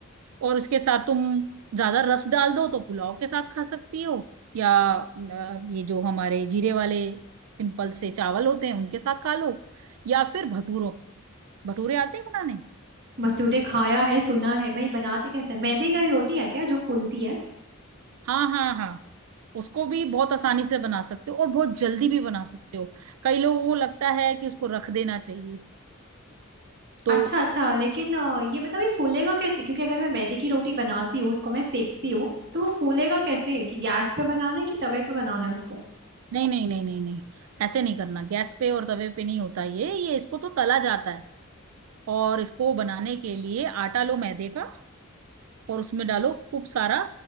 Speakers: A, on the right; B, on the right.
A: और इसके साथ तुम ज्यादा रस डाल दो तो पुलाव के साथ खा सकती हो या अ, ये जो हमारे जीरे वाले सिंपल से चावल होते हैं उनके साथ खा लो या फिर भटूरों के साथ भटूरे आते हैं बनाने
B: भटूरे खाया है सुना है भाई बनाते कैसे मैदे की रोटी है क्या जो फूलती है
A: हाँ हाँ हाँ उसको भी बहुत आसानी से बना सकते हो और बहुत जल्दी भी बना सकते हो कई लोगों को लगता है कि उसको रख देना चाहिए तो
B: अच्छा अच्छा लेकिन अ, ये बताओ ये फूलेगा कैसे क्योंकि अगर मैं मैदे की रोटी बनाती हूँ उसको मैं सेकती हूँ तो वो फूलेगा कैसे कि गैस पे बनाना है कि तवे पे बनाना है उसको
A: नहीं नहीं नहीं नहीं नहीं ऐसे नहीं करना गैस पे और तवे पे नहीं होता ये ये इसको तो तला जाता है और इसको बनाने के लिए आटा लो मैदे का और उसमें डालो खूब सारा